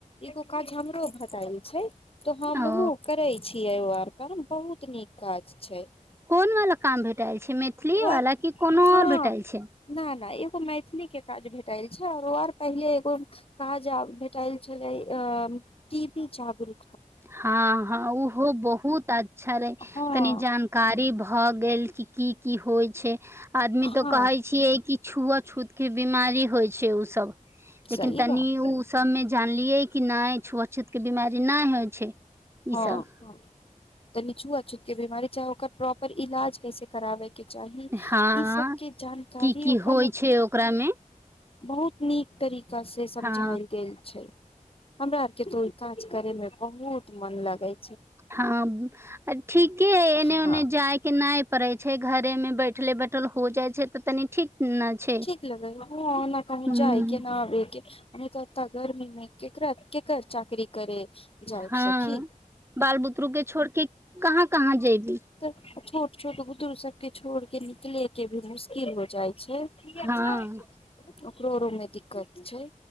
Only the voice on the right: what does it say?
ओ
कोन वाला काम भेटाइल छै मैथिली
वाला की कोनो
आओर भेटाइल छै
हँ हँ ओहो बहुत आ अच्छा रहे
तनी जानकारी भ भऽ गेल की की होइ छै आदमी
तो कहै छियै कि छुआ छूत के बिमारी होइ छै उसभ लेकिन
तनि
ओ सबमे जानलियै कि नहि छुअछत के बिीमारी नहि होय छै
ई सब
हँ
की की
होइ छै ओकरा मे
हँ
हँ ठीके एने
ओने जाय के नहि पड़ै छै घरे मे बैठले बैठल हो जाइ छै तऽ तनी ठीक ने छै
हूँ
हँ
बाल बुतरू के छोड़ के कहाँ कहाँ जेयबी
हँ